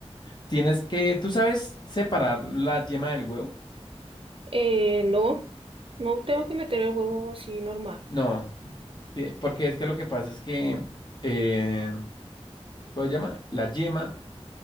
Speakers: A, on the left; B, on the right.
A: Tienes que, ¿tú sabes separar la yema del huevo?
B: Eh, no, no tengo
A: Bueno,
B: que meter el huevo así normal.
A: No, ti- porque es que lo que pasa es que, eh, ¿cómo se llama? La yema